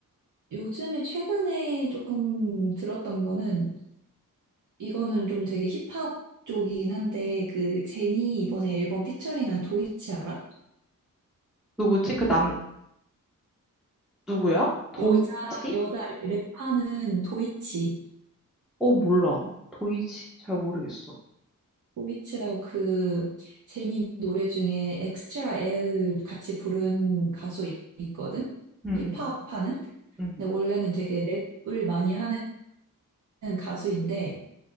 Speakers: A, on the right; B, in the centre.
A: 요즘에 최근에 조금 들었던 거는 이거는 좀 되게 힙합 쪽이긴 한데 그 제니 이번에 앨범 피처링한 도이치 알아?
B: 누구지? 그 남, 누구야? 도이치?
A: 여자, 여자 랩하는 도이치.
B: 어, 몰라. 도이치. 잘 모르겠어.
A: 도이치라고 그 제니 노래 중에 엑스트라 L 같이 부른 가수 있거든?
B: 응,
A: 힙합
B: 응,
A: 하는? 근데
B: 응. 응.
A: 원래는 되게 랩을 많이 하는 가수인데